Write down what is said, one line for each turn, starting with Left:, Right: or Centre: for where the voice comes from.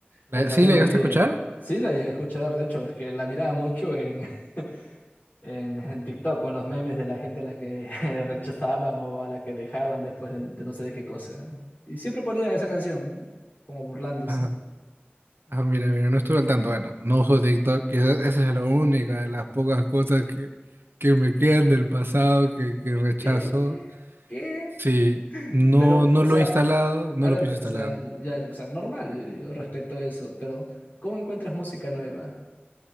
Right: ¿La-
Left: Eh, también
Right: ¿Sí la
Left: lo
Right: llegaste
Left: vi.
Right: a escuchar?
Left: Sí, la llegué a escuchar, de hecho, es que la miraba mucho en, <laughs> en, en TikTok con los memes de la gente a la que <laughs> rechazaban o a la que dejaban después de, de no sé de qué cosa. Y siempre ponían esa canción, como burlándose.
Right: Ajá. Ah, mira, mira, no estuve al tanto. Bueno, no uso TikTok, quizás esa es la única de las pocas cosas que, que me quedan del pasado que, que rechazo.
Left: ¿Qué? ¿Qué?
Right: Sí, no,
Left: Pero,
Right: no
Left: o
Right: lo
Left: sea,
Right: he instalado, no
Left: a ver,
Right: lo pienso
Left: o
Right: instalar.
Left: sea, ya, o sea, normal, yo respeto eso, pero ¿cómo encuentras música nueva?